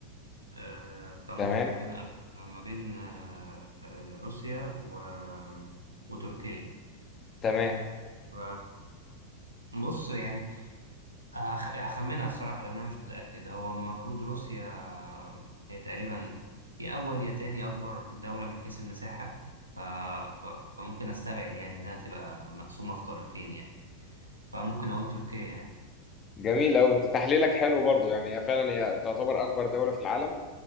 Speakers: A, on the right; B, on the left.
A: آه، فممكن
B: تمام
A: أبقى ما بين آه، آه، روسيا و... وتركيا
B: تمام
A: ف- بص يعني هخ- هخمنها الصراحة لأن أنا مش متأكد هو المفروض روسيا هي تقريبا يا أول يا تاني أكبر دولة من حيث المساحة ف... ف... فممكن أستبعد يعني إنها تبقى مقسومة في قارتين يعني فممكن أقول تركيا يعني
B: جميل أوي انت تحليلك حلو برضو يعني هي فعلا هي تعتبر اكبر دولة في العالم